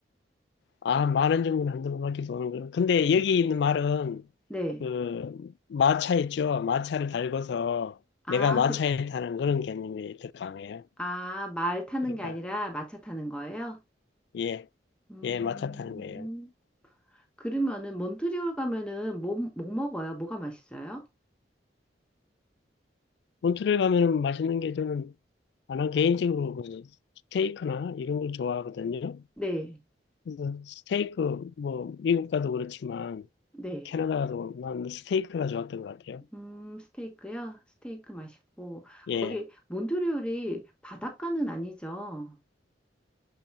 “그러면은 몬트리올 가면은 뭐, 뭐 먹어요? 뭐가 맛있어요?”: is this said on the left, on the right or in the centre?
Centre